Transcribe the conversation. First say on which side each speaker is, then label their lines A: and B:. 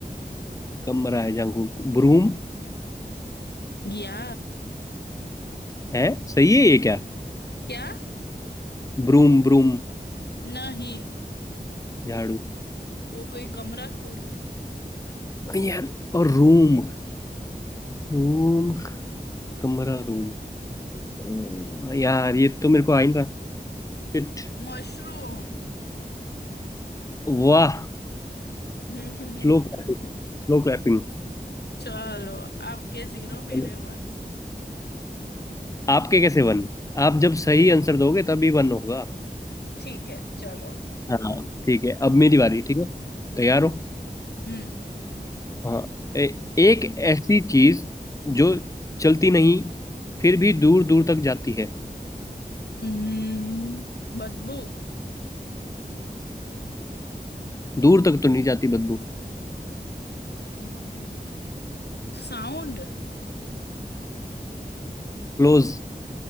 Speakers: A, on the left; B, on the left.
A: कमरा है जहाँ को ब्रूम
B: या
A: है सही है ये क्या
B: क्या
A: Broom broom
B: नहीं
A: झाड़ू
B: वो कोई कमरा थोड़ी है
A: यार और रूम रूम कमरा रूम हाँ, यार ये तो मेरे को आ ही नहीं रहा शिट
B: मशरूम
A: वाह
B: <laughs>
A: Slow clapping Slow clapping
B: चलो आपके जीरो
A: <laughs>
B: मेरे वन
A: आपके कैसे वन आप जब सही आंसर दोगे तभी वन होगा
B: ठीक है चलो
A: हाँ ठीक है अब मेरी बारी ठीक है तैयार हो
B: हम्म
A: हाँ ए- एक ऐसी चीज जो चलती नहीं फिर भी दूर दूर तक जाती है
B: हम्म, बदबू
A: दूर तक तो नहीं जाती बदबू
B: हम्म, साउंड
A: क्लोज